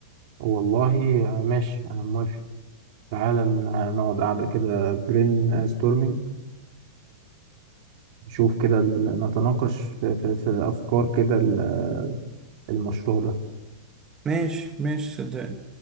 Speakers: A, on the right; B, on the right.
A: والله آه، ماشي انا موافق تعالى ن- نقعد قاعدة كده برين ستورمينج نشوف كده ال- نتناقش في, في, في افكار كده ال- المشروع ده
B: ماشي ماشي صدقني